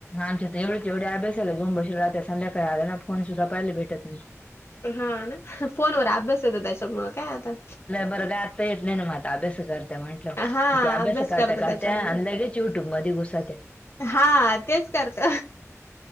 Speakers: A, on the left; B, on the left.
A: आमच्या तेवढेच एवढे अभ्यासला घेऊ ब राातत संध्याकाळी आल्या ना फोन सुद्धा पहिले भेटत नाही
B: हा ना फोनवर अभ्यास येतो त्याच्या म काय आता
A: बरगात येत नाही ना मात अभ्यास करते म्हण अ
B: हा
A: ते अभ्यास करता
B: करतो
A: करते
B: त्याच्यामुळं
A: अंदगेच यूट्यूब मध कुसात
B: हा तेच करत.